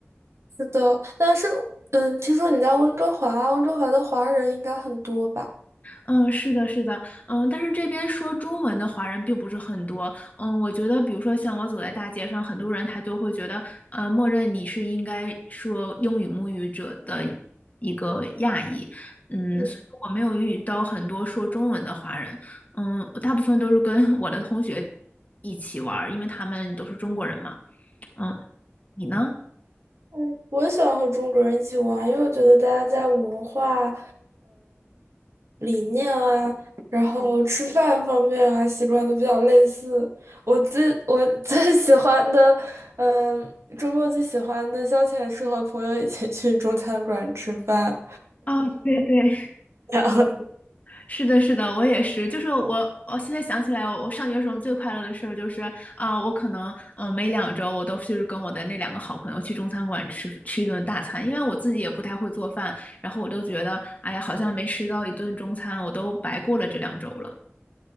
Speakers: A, on the right; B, on the left.
A: 是的，但是嗯，听说你在温哥华啊，温哥华的华人应该很多吧？
B: 嗯，是的，是的，嗯，但是这边说中文的华人并不是很多，嗯，我觉得，比如说像我走在大街上，很多人他就会觉得，呃，默认你是应该说英语母语者的一个亚裔，嗯，
A: 嗯
B: 所以我没有遇到很多说中文的华人，嗯，我大部分都是跟 <laughs> 我的同学一起玩儿，因为他们都是中国人嘛，嗯，你呢？
A: 嗯，我也喜欢和中国人一起玩，因为我觉得大家在文化理念啊，然后吃饭方面啊，习惯都比较类似。我最我最喜欢的，嗯，周末最喜欢的消遣是和朋友一起去中餐馆吃饭。
B: 啊，对对，
A: <laughs> 然后
B: 是的，是的，我也是。就是我，我现在想起来，我上学的时候最快乐的事儿就是啊、我可能嗯、呃每两周我都是跟我的那两个好朋友去中餐馆吃吃一顿大餐，因为我自己也不太会做饭，然后我就觉得哎呀，好像没吃到一顿中餐，我都白过了这两周了。